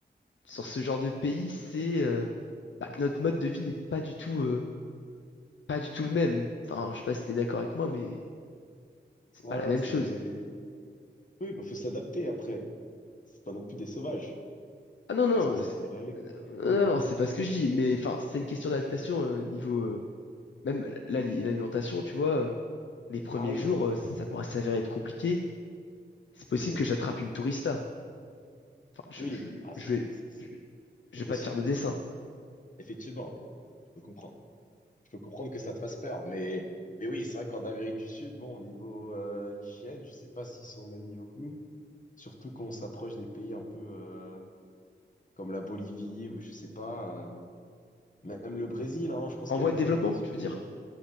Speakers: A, on the left; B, on the left.
A: sur ce genre de pays, c'est euh, bah, que notre mode de vie n'est pas du tout, euh, pas du tout le même. Enfin, je sais pas si t'es d'accord avec moi, mais c'est
B: Ouais,
A: pas la
B: ouais,
A: même
B: c'est.
A: chose.
B: Oui, bah faut s'adapter après. C'est pas non plus des sauvages.
A: Ah non,
B: Je
A: non,
B: pense que ça
A: c'est-
B: devrait aller quand
A: euh,
B: même. Oui.
A: non, non, c'est pas ce que je dis, mais enfin, c'est une question d'adaptation
B: oui. <laughs>
A: euh, niveau euh, même l'ali- l'alimentation, tu vois. euh, les premiers
B: Ah oui,
A: jours, euh, ça pourra s'avérer être compliqué. C'est possible
B: oui,
A: que j'attrape une tourista. Enfin, je,
B: oui.
A: je,
B: Ah, c'est
A: je vais,
B: c'est- c'est-
A: je,
B: c'est
A: je vais
B: possible.
A: pas te faire de dessin.
B: oui. Effectivement, oui. Je peux comprendre. Je peux comprendre que ça te fasse peur, mais mais oui, c'est vrai qu'en Amérique du Sud, bon, au niveau euh, hygiène, je sais pas s'ils sont au même niveau que nous. Surtout quand on s'approche des pays un peu euh, comme la Bolivie ou je sais pas, euh, même le Brésil. Hein, je pense
A: En
B: qu'il
A: voie
B: y a des
A: de
B: zones
A: développement,
B: un petit
A: tu
B: peu.
A: veux dire?
B: euh,